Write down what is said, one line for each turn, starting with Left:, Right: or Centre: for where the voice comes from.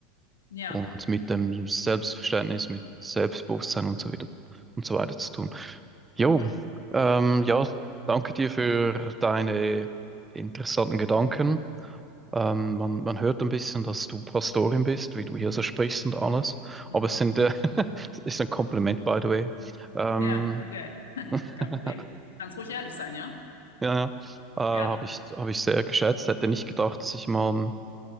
Left: ja.
Right: und mit dem Selbstverständnis, mit Selbstbewusstsein und so wieder und so weiter zu tun. Jo,
Left: Mhm.
Right: ähm, ja, danke dir für deine interessanten Gedanken. Ähm, man, man hört ein bisschen, dass du Pastorin bist, wie du hier so sprichst und alles.
Left: Mhm.
Right: Aber es sind, äh, <laughs> es ist ein Kompliment, by the way. Ähm,
Left: Ja, okay. Kein
Right: <laughs>
Left: Problem.
Right: ja,
Left: Kannst ruhig ehrlich sein, ja?
Right: ja, äh, habe
Left: Ja,
Right: ich, habe ich sehr geschätzt. Hätte nicht gedacht, dass ich mal mit